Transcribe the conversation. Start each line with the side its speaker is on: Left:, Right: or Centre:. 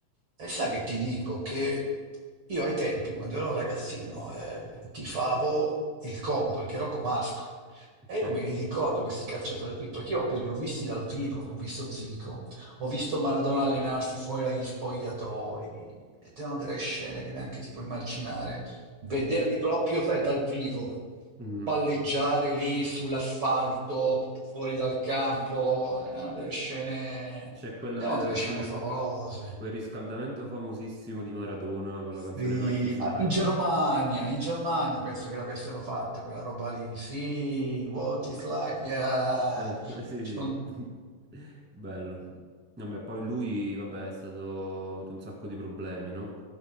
Right: E sai che ti dico che io ai tempi, quando ero un ragazzino, eh, tifavo il Como perché ero comasco.
Centre: ok.
Right: E io me li ricordo questi calciatori qui, perché io proprio li ho visti dal vivo, ho visto Zico, ho visto Maradona allenarsi fuori dagli spogliatoi, ed erano delle scene che neanche ti puoi immaginare. Vederli proprio, sai, dal vivo,
Centre: Mm.
Right: palleggiare lì sull'asfalto, fuori dal campo, eh, erano delle scene,
Centre: C'è quella,
Right: erano
Centre: le-
Right: delle scene
Centre: quel,
Right: favolose.
Centre: quel riscaldamento famosissimo di Maradona con
Right: Sì,
Centre: la canzone Life is
Right: ah,
Centre: Life.
Right: in Germania, in Germania penso che l'avessero fatta quella roba lì. Sì, What is
Centre: Ah,
Right: life? Yeah.
Centre: eh, <laughs> eh, sì,
Right: Ci
Centre: sì,
Right: son-
Centre: <laughs> bello. Vabbè, poi lui, vabbè, è stato, ha avuto un sacco di problemi, no?